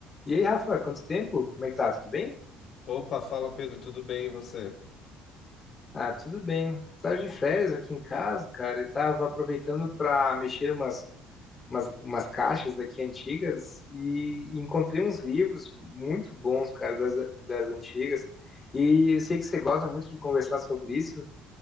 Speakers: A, on the left; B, on the left.
A: E aí, Rafa, quanto tempo? Como é que tá? Tudo bem?
B: Opa, fala Pedro, tudo bem e você?
A: Ah, tudo bem. Tava de férias aqui em casa, cara, e tava aproveitando pra mexer umas, umas, umas caixas aqui antigas e encontrei uns livros muito bons, cara, das, das antigas. E eu sei que você gosta muito de conversar sobre isso.